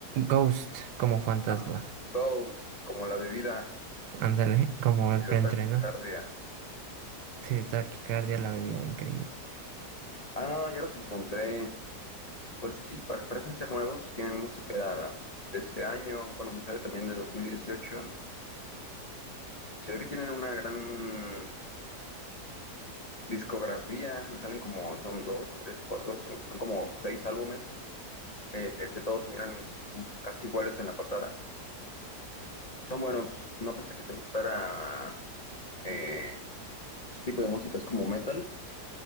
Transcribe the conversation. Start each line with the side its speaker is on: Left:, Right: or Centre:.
Right: Ghost como fantasma.
Left: Ah, ghost, como la bebida.
Right: Ándale, <laughs> como
Left: Me
Right: el
Left: dio
Right: preentreno.
Left: taquicardia.
Right: Sí, taquicardia, la bebida increíble.
Left: Ah, ya los encontré. Pues sí, pare- parecen ser nuevos. Tienen música de este año. Bueno, me sale también de 2018. Se ve que tienen una gran discografía. Me salen como, son dos, tres, cuatro, son, son como seis álbumes. Eh, este, todos se miran casi iguales en la portada. Son buenos. No pensé que te gustara eh, ese tipo de música es como metal.